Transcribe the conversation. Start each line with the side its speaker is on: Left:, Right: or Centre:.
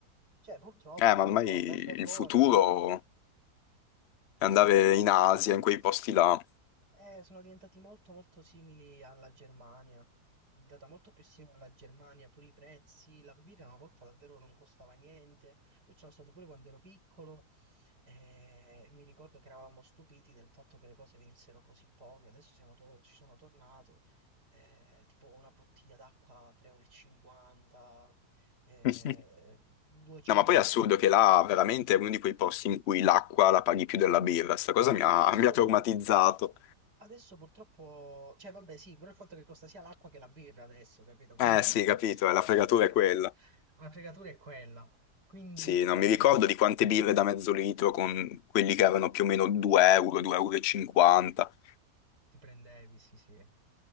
Right: Cioè, purtroppo,
Left: Eh, ma
Right: non
Left: ormai
Right: lo so,
Left: il
Right: ben per loro,
Left: futuro
Right: si sono,
Left: è
Right: sono
Left: andare
Right: diventati
Left: in Asia,
Right: molto
Left: in quei posti là.
Right: eh, sono diventati molto molto simili alla Germania, è andata molto più simile alla Germania, pure i prezzi, la birra una volta davvero non costava niente, io ci sono stato pure quando ero piccolo eh, e mi ricordo che eravamo stupiti del fatto che le cose venissero così poche, adesso siamo to- ci sono tornato, eh, tipo una bottiglia d'acqua 3,50 euro, e cinquanta,
Left: <laughs>
Right: eh, 230...
Left: No, ma poi è assurdo che là veramente è uno di quei posti in cui l'acqua la paghi più della birra. Sta cosa mi ha,
Right: E adesso
Left: <laughs> mi ha traumatizzato.
Right: Adesso purtroppo, cioè vabbè sì, però il fatto che costa sia l'acqua che la birra adesso, capito? Quindi
Left: Eh
Right: <laughs>
Left: sì, capito, eh, la fregatura è quella.
Right: la fregatura è quella. Quindi
Left: Sì, non mi ricordo di quante birre da mezzo litro con quelli che erano più o meno 2 euro, 2,50 euro. e cinquanta.
Right: ti prendevi, sì sì.